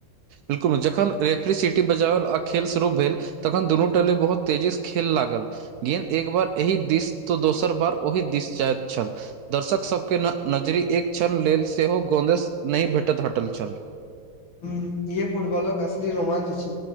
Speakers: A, on the right; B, on the left.
A: बिल्कुल जखन रेफ्री सिटी बजाओल आ खेल शुरू भेल तखन दुनू टोली बहुत तेजी से खेल लागल गेन्द एक बार एहि दिस तऽ दोसर बार ओहि दिस जाएत छल दर्शक सभ केँ न नजरी एक क्षण लेल सेहो गोदेेश नहि भेटैत हटल छल
B: हुँ इहे फुटबॉलक असली रोमांच अछि